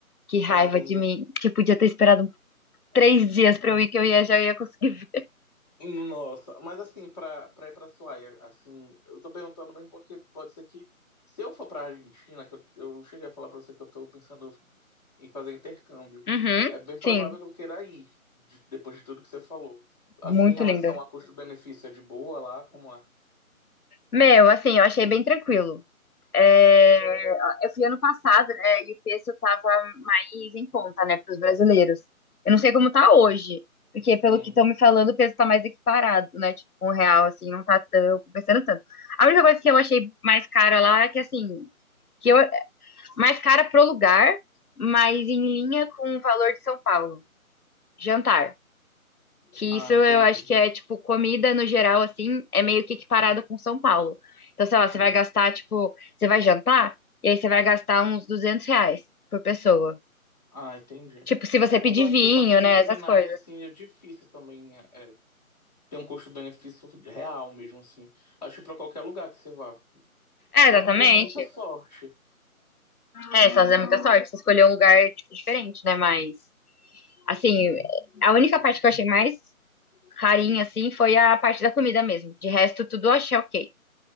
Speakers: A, on the left; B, on the left.
A: que raiva
B: caramba.
A: de mim. Que eu podia ter esperado três dias pra eu ir, que eu ia, já ia conseguir. ver.
B: Nossa, mas assim, pra, pra ir pra Suaia, assim, eu tô perguntando mesmo porque pode ser que, se eu for pra Argentina, que eu, eu cheguei a falar pra você que eu tô pensando em fazer intercâmbio,
A: Uhum,
B: é bem provável
A: sim,
B: que eu queira ir, de- depois de tudo que você falou.
A: muito
B: Assim, em relação
A: linda.
B: a custo-benefício, é de boa lá? Como é?
A: Meu, assim, eu achei bem tranquilo. É, eu fui ano passado, né? E o preço estava mais em conta, né, para os brasileiros. Eu não sei como tá hoje, porque
B: Sim.
A: pelo que estão me falando, o peso tá mais equiparado, né? Tipo, um real, assim, não tá tão compensando tanto. A única coisa que eu achei mais cara lá é que, assim, que eu, mais cara pro lugar, mas em linha com o valor de São Paulo. Jantar. Que
B: Ah,
A: isso eu
B: entendi.
A: acho que é, tipo, comida no geral, assim, é meio que equiparado com São Paulo. Então, sei lá, você
B: Sim.
A: vai gastar, tipo, você vai jantar, e aí você vai gastar uns 200 reais por pessoa.
B: Ah, entendi.
A: Tipo, se você
B: É,
A: pedir
B: mas eu acho
A: vinho,
B: que parte de
A: né,
B: culinária,
A: essas coisas.
B: assim, é difícil também, é, é, ter um custo-benefício real mesmo, assim. Acho que pra qualquer lugar que você vá. Só
A: É, exatamente.
B: se der muita sorte.
A: É, só é muita sorte, você escolheu um lugar, tipo, diferente, né, mas, assim, a única parte que eu achei mais carinha, assim, foi a parte da comida mesmo. De resto, tudo eu achei ok.